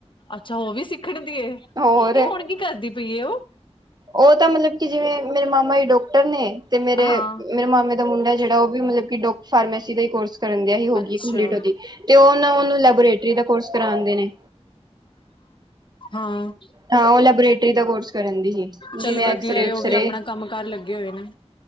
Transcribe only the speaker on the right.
ਹੋਰ।
ਉਹ ਤਾਂ ਮਤਲਬ ਕਿ, ਜਿਵੇਂ ਮੇਰੇ ਮਾਮਾ ਹੀ ਡਾਕਟਰ ਨੇ ਤੇ ਮੇਰੇ,
ਮੇਰੇ ਮਾਮਾ ਦਾ ਮੁੰਡਾ ਜਿਹੜਾ ਉਹ ਵੀ ਮਤਲਬ ਕਿ ਡੋ ਫਾਰਮੇਸੀ ਦਾ ਹੀ ਕੋਰਸ ਕਰਨ ਦਇਹੀ ਹੋਗੀ
ਕੰਪਲੀਟ ਉਹਦੀ, ਤੇ ਉਹ ਨਾ ਉਹਨੂੰ ਲੈਬੋਰੇਟਰੀ ਦਾ ਕੋਰਸ ਕਰਾਂਦੇ ਨੇ।
ਹਾਂ। ਉਹ ਲੈਬੋਰੇਟਰੀ ਦਾ ਕੋਰਸ ਕਰਨ ਦੀ ਏ, ਜਿਵੇਂ
ਐਕਸਰੇ-
ਉਕਸਰੇ।